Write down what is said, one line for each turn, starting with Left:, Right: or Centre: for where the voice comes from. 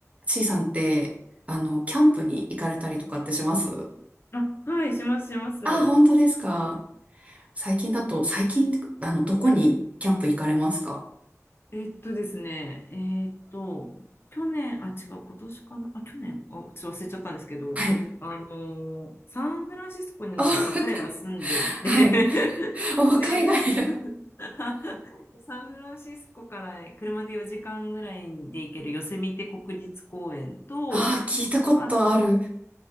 Right: C さんって、あの、キャンプに行かれたりとかってします
Left: あ、はい、します、します。
Right: あ、本当ですか。最近だと、最近、あの、どこにキャンプ行かれますか
Left: うん。えっとですね、えっと、去年、あ、違う、今年かな、あ、去年、あ、ちょっと忘れちゃったんですけど、
Right: はい。
Left: あの、サンフランシスコに今、
Right: お、<laughs>
Left: 彼が住んでて
Right: はい。
Left: <laughs>
Right: お、
Left: で、
Right: 海外。
Left: <laughs> サンフランシスコから車で4時間ぐらいで行けるヨセミテ国立公園と、
Right: ああ、聞いたことある。
Left: あ、